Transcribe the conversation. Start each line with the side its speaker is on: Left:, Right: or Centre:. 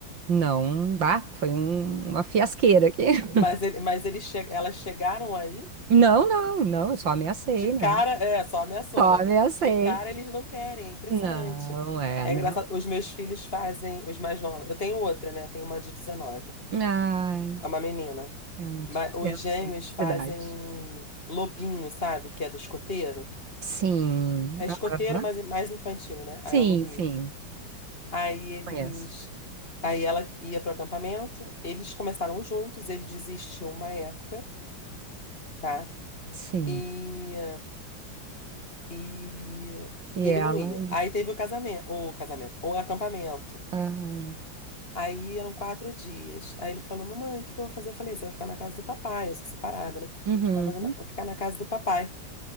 Right: Não, bah, foi um- uma fiasqueira aqui. <laughs>
Left: Mas, ele, mas eles che elas chegaram aí,
Right: Não, não, não, eu só ameacei,
Left: de cara,
Right: né?
Left: é, só ameaçou,
Right: Só
Left: né?
Right: ameacei.
Left: De cara eles não querem, é impressionante.
Right: Não, é,
Left: É
Right: não.
Left: engraçado, os meus filhos fazem, os mais novos. Eu tenho outra, né? Tenho uma de 19,
Right: Ai,
Left: é uma menina.
Right: é uma
Left: Mas
Right: diferença,
Left: os gêmeos
Right: hein?
Left: fazem
Right: verdade.
Left: lobinho, sabe? Que é do escoteiro.
Right: Sim.
Left: É escoteiro,
Right: aham.
Left: mas é mais infantil, né?
Right: Sim,
Left: Aí é o lobinho.
Right: sim.
Left: Aí eles.
Right: Conheço.
Left: Aí ela ia pro acampamento, eles começaram juntos, ele desistiu uma época, tá?
Right: Sim.
Left: E, e
Right: E
Left: ele
Right: ela.
Left: não ia. Aí teve o casamento, o casamento, o acampamento.
Right: ah,
Left: Aí eram quatro dias. Aí ele falou: Mamãe, o que que eu vou fazer? Eu falei: Você vai ficar na casa do papai, eu sou separada, né?
Right: uhum.
Left: Vai fazer na- vai ficar na casa do papai.